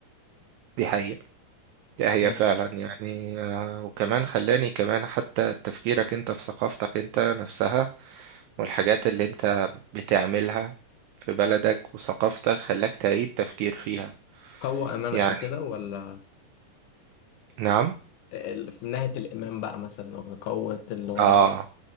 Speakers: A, on the right; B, on the left.
A: دي حقيقة لا هي
B: بس
A: فعلا يعني آه، وكمان خلاني كمان حتى تفكيرك انت في ثقافتك انت نفسها والحاجات اللي انت بتعملها في بلدك وثقافتك خلاك تعيد تفكير فيها
B: قوة امانك
A: يعني
B: وكده ولا
A: نعم
B: ال- من ناحية الامام بقى مثلا او قوة اللي هو
A: اه
B: ال...